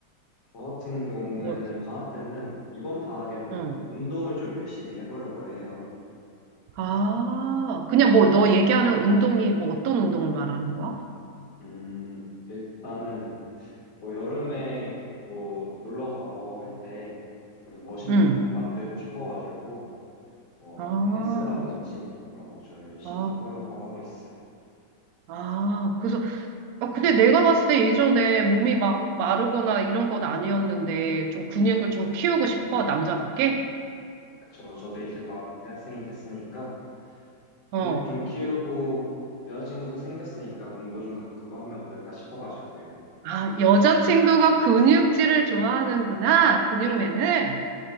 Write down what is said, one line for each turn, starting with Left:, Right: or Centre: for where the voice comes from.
Left: 저 같은 경우에는
Right: 뭘?
Left: 방학 때는, 이번 방학에는
Right: 응.
Left: 운동을 좀 열심히 해보려고 해요.
Right: 아, 그냥 뭐 너 얘기하는 운동이 뭐 어떤 운동을 말하는 거야?
Left: 음, 일단은 뭐 여름에 뭐 놀러 가고 할 때 멋있는
Right: 응.
Left: 몸 만들고 싶어가지고 뭐
Right: 아,
Left: 헬스라든지 그런 거 좀 열심히
Right: 아,
Left: 해보려고 하고 있어요.
Right: 아, 그래서, 아, 근데 내가 봤을 때 예전에 몸이 막 마르거나 이런 건 아니었는데, 좀 근육을 좀 키우고 싶어, 남자답게?
Left: 저, 저도 이제 막 대학생이 됐으니까 근육
Right: 어.
Left: 좀 키우고 여자친구도 생겼으니까 몸도 좀 가꾸고 하면 어떨까 싶어가지고요.
Right: 아, 여자친구가 근육질을 좋아하는구나, 근육맨을